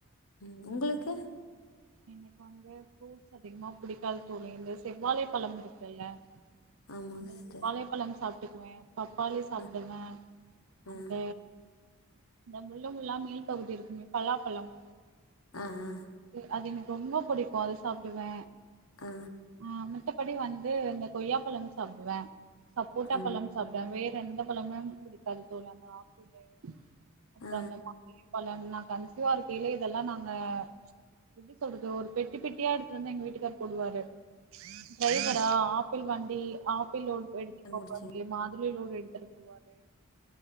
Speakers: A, on the left (about 70°); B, on the right (about 65°).
A: உம் உங்களுக்கு
B: எனக்கு வந்து ப்ரூட்ஸ் அதிகமா புடிக்காது தோழி இந்த செவ்வாலை பலம் இருக்குல
A: ஆமா
B: அந்த
A: சிஸ்டர்
B: செவ்வாலை பழம் சாப்பி கிவ பப்பாளி சாப்பிடுவே
A: அ
B: அந்த
A: ஆ
B: இந்த முள்ளுமுள்ளா மேல் பகுதி இருக்குமே பலாப்பலம்
A: அஹ்
B: அது எனக்கு ரொம்ப பிடிக்கோ அது சா வெ
A: ஆ
B: ஆஹா மந்தபடி வந்து இந்த கொய்யாப்பலம் சாப்புடுவ சப்போட்டா
A: ஆ ஆ
B: பழம் சாப்டுவ வேற எந்த பழமும் புடிக்காது ஓயாம ஆப்பிலே அப்றம்
A: ஆ
B: இந்த <inaudible> பழம் நான் கன்ஷிவ் இதுவா இருக்கைலயே இதெல்லாம் நாங்க எப்டி சொல்றது ஒரு பெட்டி பெட்டியா எடுத்துட்டு வந்து எங்க வீட்டுக்கார் போடுவாரு டிரைவரா ஆப்பிள் வண்டி ஆப்பிள் லோட் எடுத்துக்க
A: அது முடிச்சிங்க
B: <unintelligible> மாதுளையும் எடுத்துட்டு போவாரு